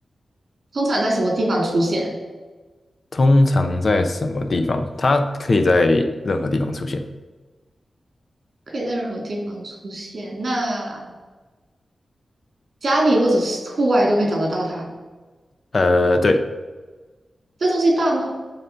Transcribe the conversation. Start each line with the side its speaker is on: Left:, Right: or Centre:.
Right: 通常在什么地方出现？
Left: 通常在什么地方？它可以在任何地方出现。
Right: 可以在任何地方出现。那家里或者是户外都可以找得到它。
Left: 呃，对，
Right: 这东西大吗？